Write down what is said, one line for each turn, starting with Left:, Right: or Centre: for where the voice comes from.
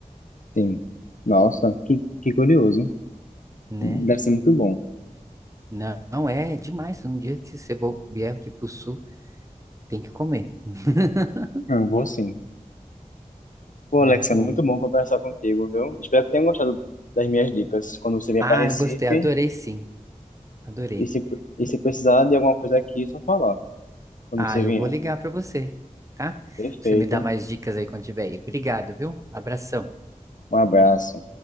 Left: sim. Nossa, que, que curioso.
Right: Né?
Left: Deve ser muito bom.
Right: Não, não é, é demais. Um dia que você vo- vier aqui pro sul, tem que comer. <laughs>
Left: Ah, Eu vou sim. Pô,
Right: Muito
Left: Alexandre,
Right: bom.
Left: muito bom conversar contigo, viu? Espero que tenham gostado das minhas dicas quando você vier
Right: Ah,
Left: para Recife.
Right: eu gostei, adorei sim, adorei.
Left: E se, e se precisar de alguma coisa aqui, é só falar quando
Right: Ah,
Left: você
Right: eu
Left: vier.
Right: vou ligar pra você, tá?
Left: Perfeito.
Right: Você me dá mais dicas aí quando tiver aí. Obrigado, viu? Abração.
Left: Um abraço.